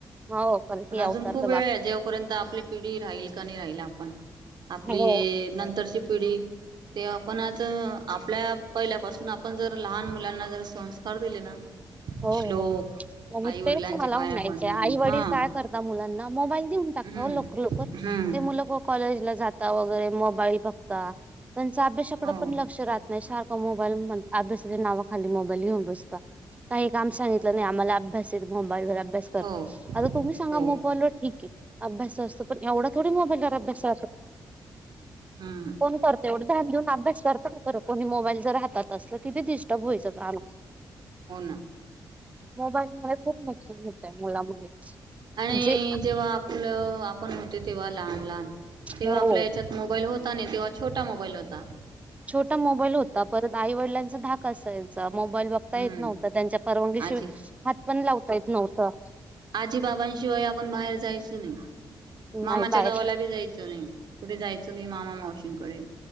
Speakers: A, on the right (about 15°); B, on the right (about 65°).
A: हो कलकी
B: पण अजून
A: अवतार
B: खूप
A: तर
B: वेळ
A: बाकी
B: जेवपर्यंत आपली प राहील का नाही राहील आपण आपली
A: हो
B: नंतरची पिढी ते आपण आज आपल्या पहिल्यापासून आपण जर लहान मु मुलांना जर संस्कार दिले ना
A: हो
B: श्लोक
A: हो
B: आई वडिलांचे
A: तेच मला
B: पाया
A: म्हणायचे
B: पडणे
A: आई वडील
B: हा
A: काय करता मुलांना मोबाईल देऊन टाकत
B: हम्म
A: लोकर, लोकर
B: हम्म
A: ते मु कॉलेजला जाता वगैरे काही बघता त्यांच अभ्यासाकडे
B: हो
A: पण लक्ष राहत नाही सारख मोबा अभ्यासाच्या नावा खाली मोबाईल घेऊन बसता काही काम
B: मग
A: सांगितलं नाही आम्हाला अभ्यास मोबाईलर अभ्यास करत
B: हो
A: आता तुम्ही सांगा
B: हो
A: मोबाईल वर एत अभ्यास असतो पण एवढा थोडी मोबाईल अभ्यास
B: हम्म
A: कोण करत एवढ ध्यान देऊन अभ्यास करत कोणी मोबाईलच राहतात अस किती डिस्टर्ब व्हायचं काम
B: हो ना
A: मोबाईल मुळे खूप नुकसान होतं आहे मुला मुलींच
B: आणि
A: जे
B: जेव्हा आपलं आपण होते तेव्हा लहान लहान तेव्हा
A: हो
B: आपल्या याच्यात मोबाईल होता ने तो छोटा मोबाईल होता.
A: छोटा मोबाईल होता परत आई वडिलांचा धाक असायचा. मोबाईल बघता
B: हम्म
A: येत नव्हत त्यांच्या परवानगीशिवाय
B: आजी
A: हात पण लावता येत नव्हतं.
B: आजी बाबांशिवाय आपण बाहेर जायोच नाही. मामाच्या
A: नाही बाहेर
B: गावाला बी जायचं नाही कुठे जायच नाही मामा मावशींकडे